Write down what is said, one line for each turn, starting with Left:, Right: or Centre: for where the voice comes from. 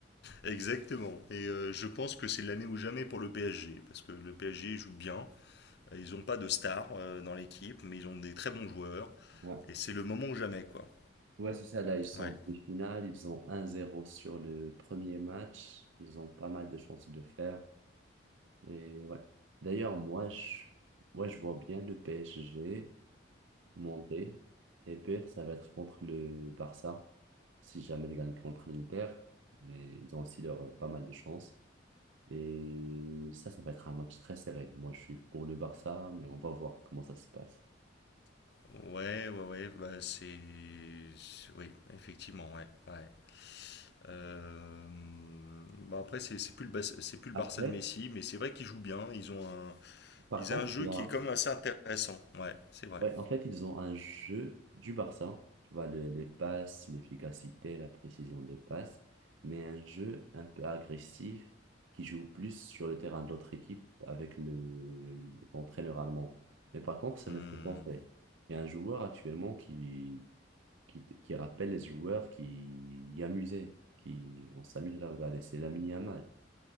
Left: exactement. Et euh, je pense que c'est l'année ou jamais pour le PSG parce que le PSG joue bien. Ils n'ont pas de stars euh, dans l'équipe, mais ils ont des très bons joueurs
Right: ouais
Left: et c'est le moment ou jamais quoi.
Right: Ouais, c'est ça. Là, ils sont
Left: Ouais.
Right: en demi-finale. Ils ont 1-0 sur le premier match. Ils ont pas mal de chances de le faire. Et ouais. D'ailleurs, moi, je, ouais, je vois bien le PSG monter. Et pire, ça va être contre le Barça, si jamais ils gagnent contre l'Inter. Mais ils ont aussi leur, pas mal de chances. Et ça, ça va être un match très serré. Moi, je suis pour le Barça, mais on va voir comment ça se passe.
Left: Ouais, ouais, ouais, bah c'est... c'est- Oui, effectivement, ouais, ouais. Euh, Bon après c'est c'est plus le Bas- c'est plus le
Right: Après,
Left: Barça de Messi, mais c'est vrai qu'ils jouent bien, ils ont un...
Right: par
Left: ils
Right: contre,
Left: ont un jeu
Right: il y
Left: qui
Right: a,
Left: est quand même assez intéressant, ouais, c'est vrai.
Right: Ouais, en fait, ils ont un jeu du Barça, tu vois, le- les passes, l'efficacité, la précision des passes, mais un jeu un peu agressif qui joue plus sur le terrain de l'autre équipe avec le, l'entraîneur allemand. Mais par contre, ça
Left: Hmm.
Right: me fait penser. Il y a un joueur actuellement qui, qui, te- qui rappelle les joueurs qui y amusaient, qui, on s'amuse à la regarder, c'est Lamine Yamal.